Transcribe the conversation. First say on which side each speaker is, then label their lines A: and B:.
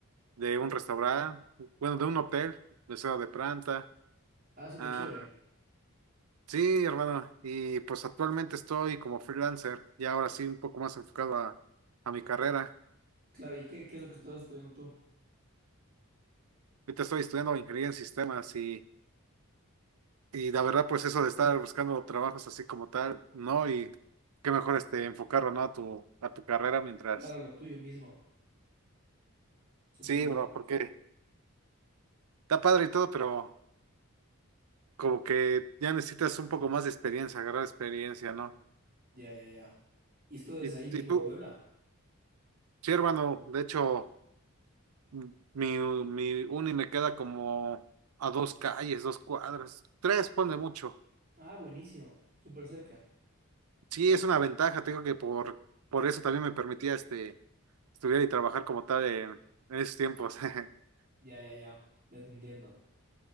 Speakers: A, on the right; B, on the right.
A: de un restaurante, bueno, de un hotel, mesero de planta.
B: Ah, súper
A: Ah,
B: chévere.
A: sí, hermano, y pues actualmente estoy como freelancer, y ahora sí un poco más enfocado a, a mi carrera.
B: Claro, ¿y qué, qué es lo que estás estudiando tú?
A: Ahorita estoy estudiando ingeniería en sistemas y Y la verdad, pues eso de estar buscando trabajos así como tal, ¿no? Y qué mejor este enfocarlo, ¿no? A tu, a tu carrera mientras.
B: Claro, lo tuyo mismo. Súper
A: Sí,
B: bien.
A: bro, porque está padre y todo, pero como que ya necesitas un poco más de experiencia, agarrar experiencia, ¿no?
B: Ya, ya, ya. ¿Y esto desde
A: Y,
B: ahí mismo
A: y tú,
B: en Puebla?
A: sí, hermano, de hecho, m- mi, mi uni me queda como a dos calles, dos cuadras, tres, pone mucho.
B: Ah, buenísimo. Súper cerca.
A: Sí, es una ventaja, te digo que por, por eso también me permitía este estudiar y trabajar como tal en en esos tiempos. <laughs>
B: Ya, ya, ya. Ya te entiendo.